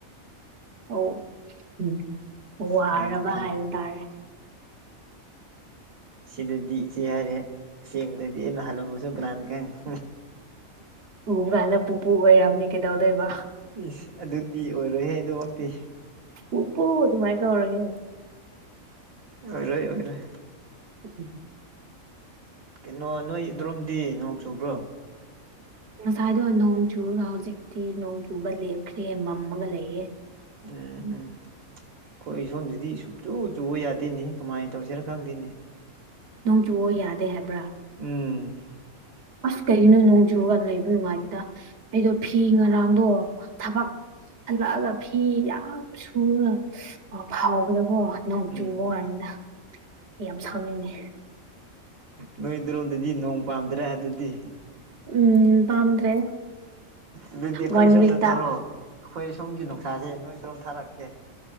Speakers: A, on the right (about 50°); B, on the right (about 75°).
A: ꯑꯣ ꯎꯝ ꯋꯥꯔꯕ
B: ꯀꯅꯥꯅ ꯈꯪ
A: ꯍꯥꯏꯕ ꯇꯥꯔꯦ
B: ꯁꯤꯗꯗꯤ ꯏꯆꯦ ꯍꯥꯏꯔꯦ ꯁꯦꯡꯕꯗꯗꯤ ꯑꯩꯅ ꯍꯜꯂꯝꯕ ꯁꯨꯝ ꯀꯅꯥꯅ ꯈꯪꯉꯦ
A: ꯎꯕ ꯀꯥꯟꯗ ꯄꯨꯄꯨ ꯑꯣꯏꯔꯅꯤ ꯀꯩꯗꯧꯗꯣꯏꯕ
B: ꯏꯁ ꯑꯗꯨꯗꯤ ꯑꯣꯏꯔꯣꯏꯍꯦ ꯑꯗꯨꯃꯛꯇꯤ
A: ꯄꯨꯄꯨ ꯑꯗꯨꯃꯥꯏ ꯀꯧꯔꯒꯦ
B: ꯑꯣꯏꯔꯣꯏ ꯑꯣꯏꯔꯣꯏ
A: ꯎ
B: ꯀꯩꯅꯣ ꯅꯣꯏ ꯏꯗ꯭ꯔꯣꯝꯗꯤ ꯅꯣꯡ ꯆꯨꯕ꯭ꯔꯣ
A: ꯉꯁꯥꯏꯗꯣ ꯅꯣꯡ ꯆꯨꯔꯒ ꯍꯧꯖꯤꯛꯇꯤ ꯅꯣꯡ ꯆꯨꯕ ꯂꯦꯞꯈ꯭ꯔꯦ ꯃꯝꯃꯒ ꯂꯩꯌꯦꯦ
B: ꯎꯝ ꯑꯩꯈꯣꯏ ꯁꯣꯝꯗꯗꯤ ꯁꯨꯡꯆꯨ ꯆꯨꯕ ꯌꯥꯗꯦꯅꯤ ꯀꯃꯥꯏꯅ ꯇꯧꯁꯤꯔ ꯈꯪꯗꯦꯅꯤ
A: ꯅꯣꯡ ꯆꯨꯑꯣ ꯌꯥꯗꯦ ꯍꯥꯏꯕ꯭ꯔꯥ
B: ꯎꯝ
A: ꯑꯁ ꯀꯩꯒꯤꯅꯣ ꯅꯣꯡꯖꯨꯒ ꯌꯥꯝ ꯂꯩꯕ ꯅꯨꯡꯉꯥꯏꯗꯨꯦꯗ ꯑꯩꯗꯣ ꯐꯤ ꯉꯔꯥꯡꯗꯣ ꯊꯕꯛ ꯍꯜꯂꯛꯑꯒ ꯐꯤ ꯌꯥꯝ ꯁꯨꯔꯒ ꯐꯥꯎꯕꯗꯀꯣ ꯅꯣꯡ ꯆꯨꯕ
B: ꯎꯝ
A: ꯋꯥꯅꯤꯅ ꯌꯥꯝ ꯁꯥꯎꯅꯤꯡꯅꯦ
B: ꯅꯣꯏꯗꯔꯣꯝꯗꯗꯤ ꯅꯣꯡ ꯄꯥꯝꯗ꯭ꯔꯦ ꯑꯗꯨꯗꯤ
A: ꯎꯝ ꯄꯥꯝꯗ꯭ꯔꯦ
B: ꯑꯗꯨꯗꯤ ꯑꯩꯈꯣꯏ
A: ꯋꯥꯟ
B: ꯁꯣꯝꯗ
A: ꯋꯤꯛꯇ
B: ꯊꯥꯔꯛꯑꯣ ꯑꯩꯈꯣꯏ ꯁꯣꯝꯒꯤ ꯅꯨꯡꯁꯥꯁꯦ ꯅꯣꯏꯗꯣꯝ ꯊꯥꯔꯛꯀꯦ